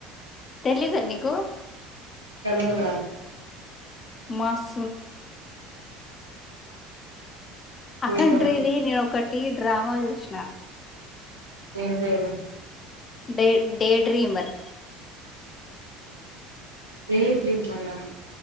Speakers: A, on the left; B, on the right.
A: తెలిద నీకు
B: తెలువదుగా
A: మస్
B: చూద్దాం
A: అకండ్రిీది నేను ఒక టీ డ్రామా చుసినా
B: ఏం పేరు
A: day day dreamer
B: dry dreamer ఆ